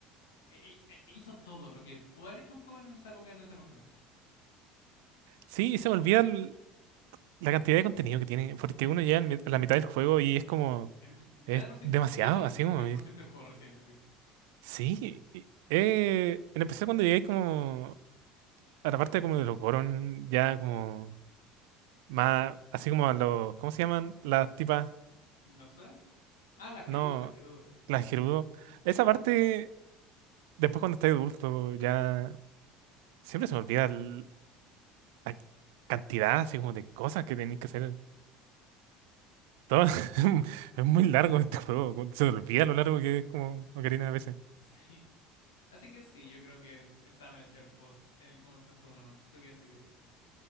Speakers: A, on the left; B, on the right.
A: e- e- e- Hizo todo lo que pudo haber hecho un juego en esa época en esa consola.
B: Sí, y se me olvida el- la cantidad de contenido que tiene, porque uno llega al mi- a la mitad del juego y es como,
A: Em,
B: es
A: Ya de por sí,
B: demasiado,
A: 20%,
B: así como,
A: 20%
B: eh,
A: del juego recién, así.
B: sí. y- Eh, en especial cuando llegáis como a la parte como de los Goron, ya como más, así como a los, ¿cómo se llaman? Las tipas,
A: ¿Los horas? Ah, la Gerudo,
B: no,
A: la Gerudo.
B: las Gerudo. Esa parte después cuando estás adulto, ya siempre se me olvida el- la cantidad así como de cosas que tenéis que hacer. Todo, <laughs> es muy largo este juego, como- se me olvida lo largo que es como Ocarina a veces.
A: <laughs> Sí. Así que sí, yo creo que está merecido el post, el, como el puesto uno ¿Tú qué decís?